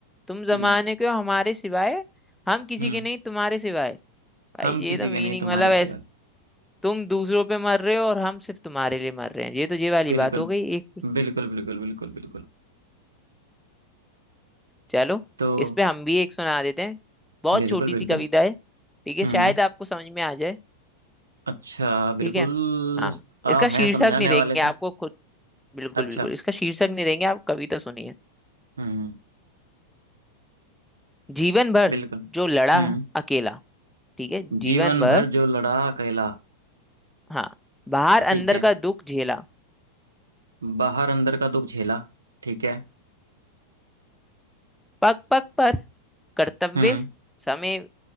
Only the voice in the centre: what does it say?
तुम जमाने
के हो हमारे सिवाय हम किसी
के नहीं तुम्हारे सिवाय भाई
ये
तो
मीनिंग
मतलब
ऐस तुम दूसरों पे मर रहे हो और हम सिर्फ तुम्हारे लिए मर रहे हैं ये तो ये वाली
बात हो गई एक
चलो
इस पे हम भी एक सुना देते हैं बहुत
छोटी
सी कविता है ठीक है
शायद आपको समझ में आ जाए
ठीक है हाँ
इसका
शीर्षक
नहीं देंगे
आपको खुद बिल्कुल
बिल्कुल इसका शीर्षक नहीं देंगे आप कविता सुनिए
जीवन भर
जो लड़ा
अकेला ठीक है जीवन
भर
हाँ बाहर
अंदर
का दुख झेला
पग पग पर कर्तव्य
समय